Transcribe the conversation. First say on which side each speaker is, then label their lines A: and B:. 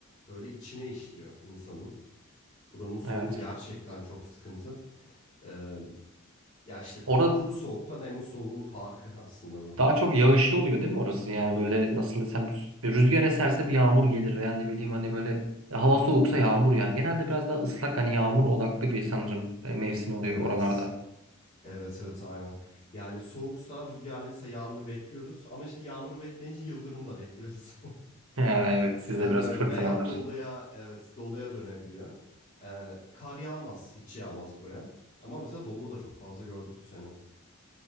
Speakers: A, on the left (about 30°); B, on the right (about 70°).
A: böyle içine işliyor insanın. Buranın soğuğu
B: Evet.
A: gerçekten çok sıkıntı. Ee, ya işte ku-
B: Orada
A: kuru soğukla nemli soğuğun farkı aslında bu.
B: daha çok yağışlı oluyor değil mi orası? Yani böyle nasıl desem bir rüzgar eserse bir yağmur gelir veya ne bileyim hani böyle hava soğuksa yağmur yer. Genelde biraz daha ıslak hani yağmur odaklı bir sanırım e, mevsim oluyor
A: Evet.
B: oralarda. <laughs>
A: Evet evet aynen. Yani soğuksa rüzgarlıysa yağmuru bekliyoruz. Ama işte yağmuru bekleyince yıldırım da bekliyoruz. <laughs>
B: Ha, evet
A: <laughs> Genelde
B: sizde biraz
A: öyle
B: fırtınalar.
A: veya doluya evet doluya dönebiliyor. Ee, kar yağmaz hiç yağmaz buraya. Ama mesela dolu da çok fazla gördük bu sene.